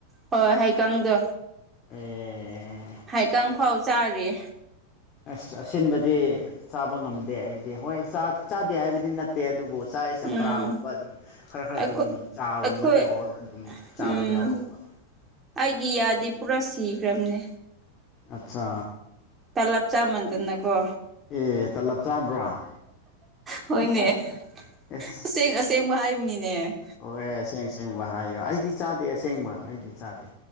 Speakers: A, on the right; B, on the left.
A: ꯍꯣꯏ ꯍꯩ ꯀꯪꯗꯣ
B: ꯑꯦ
A: ꯍꯥꯏꯀꯪ ꯐꯥꯎ ꯆꯥꯔꯤꯌꯦ
B: ꯑꯁ ꯑꯁꯤꯟꯕꯗꯤ ꯆꯥꯕ ꯉꯝꯗꯦ ꯑꯩꯗꯤ ꯍꯣꯏ ꯆꯥꯗꯦ ꯍꯥꯏꯕꯗꯤ ꯅꯠꯇꯦ ꯑꯗꯨꯕꯨ ꯆꯥꯏꯌꯦ ꯆꯝꯄ꯭ꯔꯥꯒꯨꯝꯕ
A: ꯎꯝ
B: ꯑꯗꯨꯝ ꯈꯔ ꯈꯔ
A: ꯑꯩꯈꯣꯏ
B: ꯑꯗꯨꯝ ꯆꯥꯒꯨꯝꯕꯗ
A: ꯑꯩꯈꯣꯏ
B: ꯑꯣꯔ ꯑꯗꯨꯝ ꯆꯥꯕ
A: ꯎꯝ
B: ꯌꯥꯎꯋꯦꯕ
A: ꯑꯩꯒꯤ ꯌꯥꯗꯤ ꯄꯨꯔꯥ ꯁꯤꯈ꯭ꯔꯕꯅꯦ
B: ꯑꯠꯆꯥ
A: ꯇꯂꯞ ꯆꯥꯃꯟ ꯗꯅꯀꯣ
B: ꯑꯦ ꯇꯂꯞ ꯆꯥꯕ꯭ꯔꯥ ꯍꯥ
A: ꯍꯣꯏꯅꯦ
B: ꯍꯥ ꯏꯁ
A: ꯑꯁꯦꯡ ꯑꯁꯦꯡꯕ ꯍꯥꯏꯕꯅꯤꯅꯦ
B: ꯑꯣꯏ ꯑꯁꯦꯡ ꯑꯁꯦꯡꯕ ꯍꯥꯏꯌꯣ ꯑꯩꯗꯤ ꯆꯥꯗꯦ ꯑꯁꯦꯡꯕ ꯑꯩꯗꯤ ꯆꯥꯗꯦ